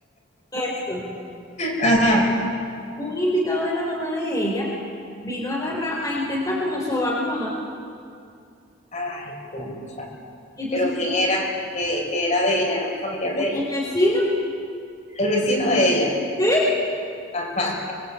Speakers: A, on the left; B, on the left.
A: eso.
B: Ajá.
A: un invitado de la mamá de ella vino a agarrar, a intentar como sobar a mi mamá.
B: Ay, concha.
A: Y entonces
B: Pero ¿quién era? Que, que era de ella, no un familiar de ella.
A: el vecino,
B: El vecino de ella.
A: ¿sí?
B: Ajá.